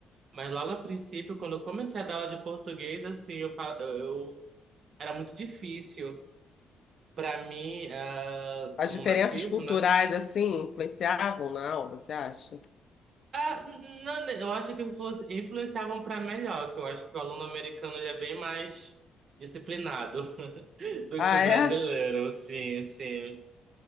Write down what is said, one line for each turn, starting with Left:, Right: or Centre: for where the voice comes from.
Right: Mas logo a princípio, quando eu comecei a dar aula de português, assim, eu, fa- eu eu- era muito difícil para mim, ah,
Left: As
Right: como
Left: diferenças
Right: nativo,
Left: culturais
Right: né?
Left: assim influenciavam na aula, você acha?
Right: Ah, n- não, eu acho que influ- influenciavam para melhor, que eu acho que o aluno americano ele é bem mais disciplinado <laughs> do
Left: Ah,
Right: que o brasileiro,
Left: é?
Right: sim, sim.